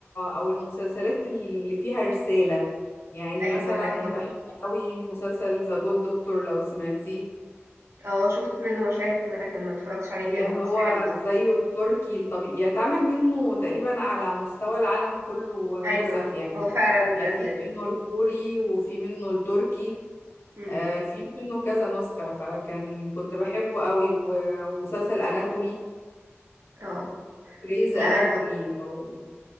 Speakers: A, on the left; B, on the right.
A: او المسلسلات اللي فيها رساله يعني
B: ايوه
A: مثلا
B: انا معاكي برضو
A: بحب قوي مسلسل ذا جود دكتور لو سمعتيه
B: اه شفت منه مشاهد كده لكن ما اتفرجتش عليه
A: اللي
B: كامل
A: هو
B: بس حلو برضه
A: زيه التركي الطبيعي يتعمل منه تقريبا على مستوى العالم كله
B: ايوه
A: نسخ يعني
B: هو فعلا اتقلد
A: يعني في منه
B: كتير
A: الكوري وفي منه التركي
B: امم
A: آه في منه كذا نسخة فكان كنت بحبه قوي و- ومسلسل اناتومي
B: اه
A: ريز
B: لا
A: اناتومي
B: انا
A: لو